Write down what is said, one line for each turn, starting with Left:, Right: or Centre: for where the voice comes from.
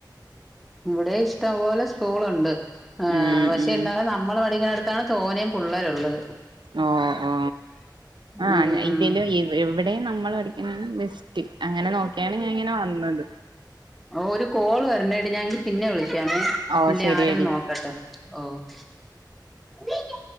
Centre: ഇവിടെ ഇഷ്ടംപോലെ സ്കൂളുണ്ട്
Right: ഉം
Centre: പക്ഷെ
Right: ഉം
Centre: എന്നാലും ന്ന നമ്മൾ പഠിക്കുന്നടുത്താണ് തോനെ പിള്ളേരുള്ളത്
Right: ഓ ഓ ആഹ്
Centre: ഉം
Right: ഇതില് ഇ ഇവിടെയും നമ്മൾ പഠിക്കാണ് ബെസ് റ്റ് അങ്ങനെ നോക്കിയാണ് ഞാൻ ഇങ്ങനെ വന്നത്
Centre: ഓ ഒരു കോള് വരണടി ഞാങ്കി പിന്നെ വിളിക്കാമേ
Right: ഓ
Centre: ഇല്ല
Right: ശരിയടി
Centre: ആരാന്നു നോക്കട്ടെ ഓ